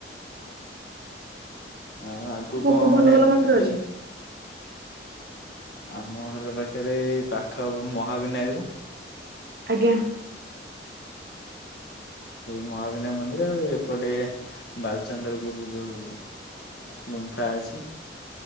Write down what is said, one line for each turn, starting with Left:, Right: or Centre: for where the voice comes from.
Left: ଆଉ ଆଗକୁ
Right: କୋଉ
Left: କଣ
Right: କୋଉ ଭଲ
Left: ମାନେ
Right: ଭଲ ମନ୍ଦିର ଅଛି
Left: ଏ ଆମ ଘରେ ପାଖରେ ଏଇ ପାଖକୁ ମହାବିନାୟକ।
Right: ଆଜ୍ଞା
Left: ଏଇ ମହାବିନାୟ ମନ୍ଦିର ଆଉ ଏପଟେ ବାଲଚନ୍ଦ୍ରପୁର ଯୋଉ ଗୁମ୍ଫା ଅଛି